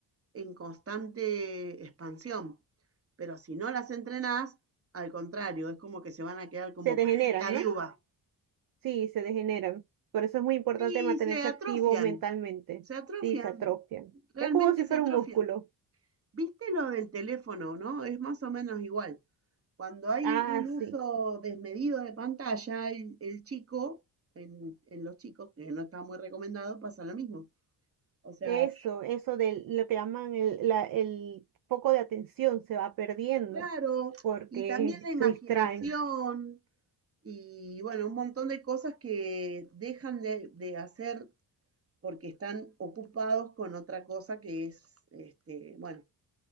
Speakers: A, on the right; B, on the right.
A: en constante expansión. Pero si no las entrenás, al contrario, es como que se van a quedar como
B: Se degeneran,
A: pasita
B: ¿no?
A: de uva.
B: Sí, se degeneran. Por eso es muy importante
A: Sí,
B: mantenerse
A: se atrofian,
B: activo mentalmente.
A: se atrofian,
B: Sí, se atrofian.
A: realmente
B: Es como si
A: se
B: fuera
A: atrofian.
B: un músculo.
A: ¿Viste lo del teléfono, no? Es más o menos igual. Cuando hay
B: Ah,
A: un
B: sí.
A: uso desmedido de pantalla, el, el chico, en, en los chicos, que no está muy recomendado, pasa lo mismo. O sea,
B: Eso, eso de lo que llaman el, la- el foco de atención se va perdiendo
A: claro,
B: porque
A: y también la imaginación
B: se distraen.
A: y bueno, un montón de cosas que dejan de, de hacer porque están ocupados con otra cosa que es, este, bueno,